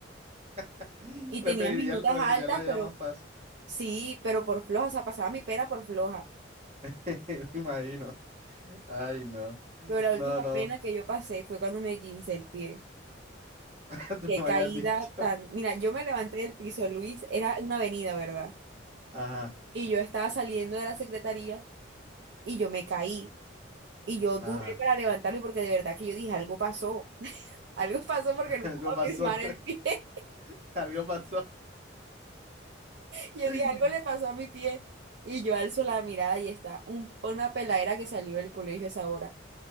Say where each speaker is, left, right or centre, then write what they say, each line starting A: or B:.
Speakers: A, on the right; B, on the right.
A: <laughs>
B: Y
A: preferiría,
B: tenía mis notas
A: preferiría
B: altas,
A: la vida
B: pero
A: más fácil.
B: sí, pero por floja, o sea, pasaba mi pena por floja.
A: <laughs> Me imagino. Ay, no.
B: Pero la
A: No,
B: última
A: no.
B: pena que yo pasé fue cuando me quince el pie.
A: <laughs> Tú
B: Qué
A: me
B: caída
A: habías dicho.
B: tan. Mira, yo me levanté del piso, Luis, era una avenida, ¿verdad?
A: Ajá,
B: Y yo estaba saliendo de la secretaría y yo me caí. Y yo duré
A: ajá.
B: para levantarme porque de verdad que yo dije, algo pasó. <laughs> Algo pasó porque
A: <laughs>
B: no
A: Algo
B: puedo
A: pasó,
B: firmar el pie. <laughs>
A: <laughs> algo pasó.
B: Yo
A: <laughs>
B: dije, algo le pasó a mi pie. Y yo alzo la mirada y está un- una peladera que salió del colegio a esa hora,